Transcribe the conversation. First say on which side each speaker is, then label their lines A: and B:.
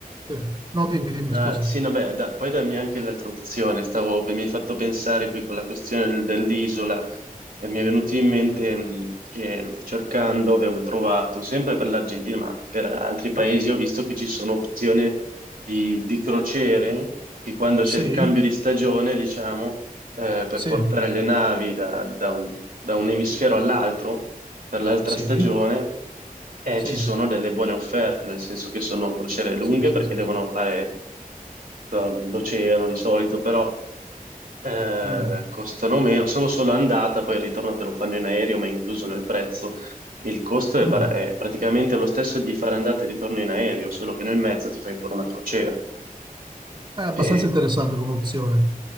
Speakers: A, on the right; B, on the right.
A: sì. No, dimmi, dimmi,
B: Ah,
A: scusa.
B: sì, no, beh, da- poi dammi anche l'altra opzione. Stavo, mi hai fatto pensare qui con la questione del- dell'isola. e mi è venuto in mente mh, che cercando avevo trovato, sempre per l'Argentina, ma per altri paesi, ho visto che ci sono opzioni di, di crociere che quando c'è
A: Sì,
B: il cambio di stagione, diciamo, eh, per
A: sì,
B: portare le navi da, da un, da un emisfero all'altro, per l'altra
A: sì,
B: stagione, eh,
A: sì,
B: ci sono delle buone offerte, nel senso che sono crociere lunghe
A: sì, sì,
B: perché
A: sì.
B: devono fare l'oceano di solito, però eh,
A: Mm,
B: costano meno. Sono solo andata, poi il ritorno te lo fanno in aereo, ma è incluso nel prezzo. Il costo è,
A: mm.
B: para- è praticamente lo stesso di fare andata e ritorno in aereo, solo che nel mezzo ti fai pure una crociera.
A: È abbastanza
B: E,
A: interessante come opzione.